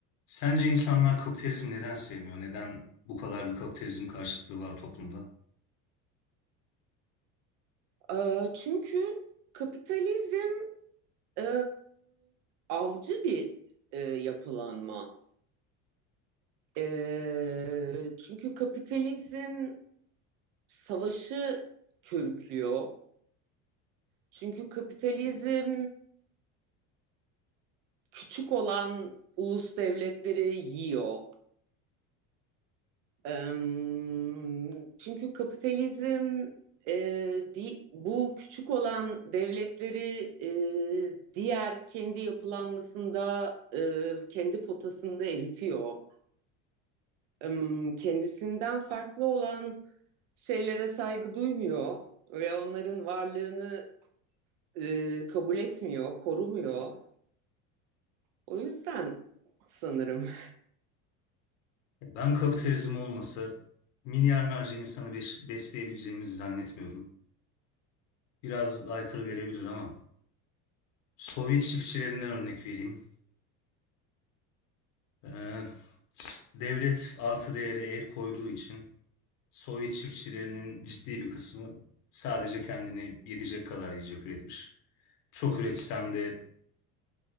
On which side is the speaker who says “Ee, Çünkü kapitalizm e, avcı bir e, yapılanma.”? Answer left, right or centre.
Right